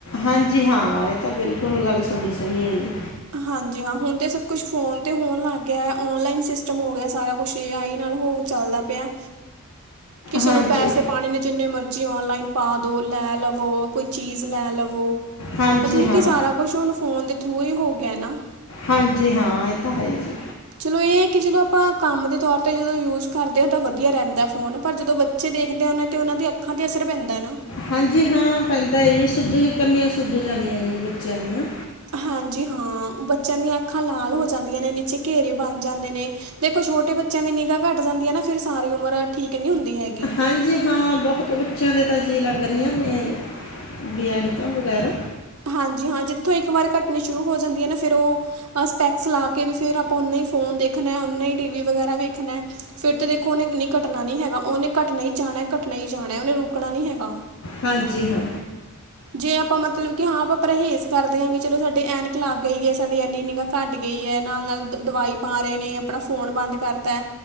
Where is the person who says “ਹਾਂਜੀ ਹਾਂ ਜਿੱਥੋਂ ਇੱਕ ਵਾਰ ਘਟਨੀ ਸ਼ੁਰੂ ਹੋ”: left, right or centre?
Right